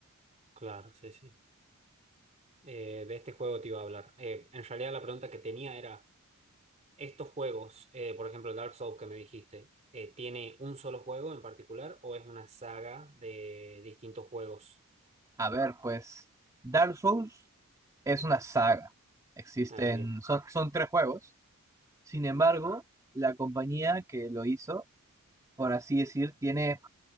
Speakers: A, on the right; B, on the right.
A: claro, sí, sí. Eh, de este juego te iba a hablar. Eh, en realidad la pregunta que tenía era... estos juegos, eh, por ejemplo, el Dark Souls que me dijiste, eh, ¿tiene un solo juego en particular o es una saga de distintos juegos?
B: A ver, pues Dark Souls es una saga. Existen,
A: Ah, bien.
B: son, son tres juegos. Sin embargo, la compañía que lo hizo, por así decir, tiene